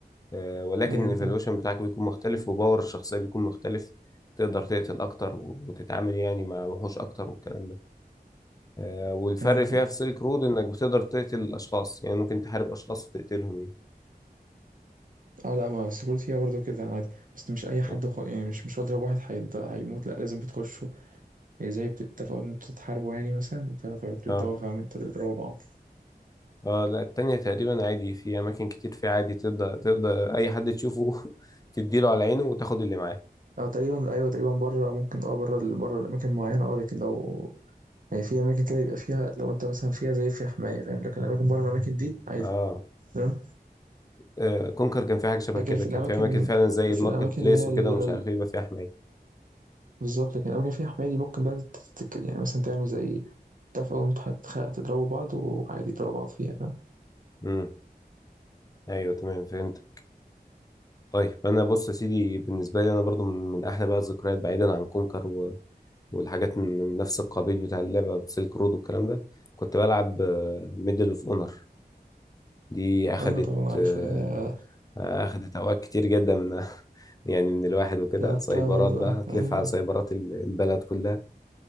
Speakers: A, on the left (about 20°); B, on the right (about 55°).
A: آه، ولكن
B: ايوه
A: الايفالويشن
B: فاهم
A: بتاعك بيكون مختلف وباور الشخصية بيكون مختلف تقدر تقتل اكتر و- وتتعامل يعني مع وحوش اكتر والكلام ده آه، والفرق
B: ايوه فاهم
A: فيها في سيلك رود انك بتقدر تقتل الاشخاص يعني ممكن تحارب اشخاص وتقتلهم
B: اه لا ما السكيورتي فيها برضه كده عادي بس مش اي
A: يعني
B: حد خ... يعني مش مش بضرب واحد هيض... هيموت لا لازم بتخشوا يعني زي بتتفقوا ان انتوا تتحاربوا يعني مثلا ف- فبتبداوا
A: اه
B: فاهم انت تضربوا بعض
A: اه لا التانية تقريبا عادي في أماكن كتير في عادي تقدر تقدر أي حد تشوفه <laughs> تديله على عينه وتاخد اللي معاه
B: اه تقريبا ايوه تقريبا بره ممكن اه بره ال- بره الاماكن معينه اه لكن لو يعني في اماكن كده يبقى فيها لو انت مثلا فيها زي فيها حمايه فاهم لكن الاماكن بره الاماكن دي عادي
A: اه
B: تمام
A: آه، كونكر كان في حاجة شبه
B: لكن
A: كده
B: في
A: كان
B: الاماكن
A: في أماكن فعلا زي الماركت
B: في الاماكن
A: بليس
B: اللي هي
A: وكده
B: ال-
A: ومش
B: ال-
A: عارف ايه يبقى فيها حماية
B: بالظبط لكن الاماكن اللي فيها حمايه دي ممكن بقى تتك... يعني مثلا تعمل زي اتفقوا ان انتوا هتخ- هتضربوا بعض وعادي يضربوا بعض فيها فاهم
A: امم أيوه تمام فهمت طيب أنا بص يا سيدي بالنسبة لي أنا برضو من, من أحلى بقى الذكريات بعيدا عن كونكر و... والحاجات من من نفس القبيل بتاع اللعبة سيلك رود والكلام ده كنت بلعب ميدل اوف اونر دي أخدت
B: ايوه طبعا عارف
A: آه،
B: آه
A: أخدت أوقات كتير جدا من <laughs> يعني من الواحد وكده
B: لعبتها
A: سايبرات
B: برضو
A: بقى
B: اه
A: هتلف
B: ايوه
A: على سايبرات ال- البلد كلها